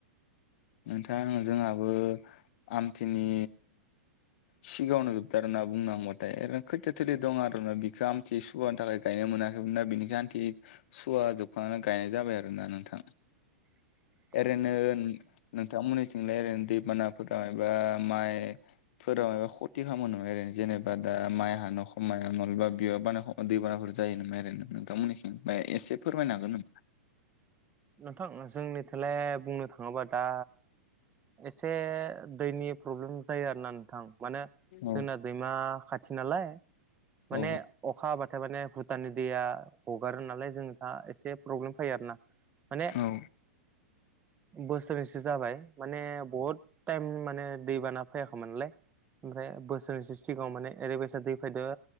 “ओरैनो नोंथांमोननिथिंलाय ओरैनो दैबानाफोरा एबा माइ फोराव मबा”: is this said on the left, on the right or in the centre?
Left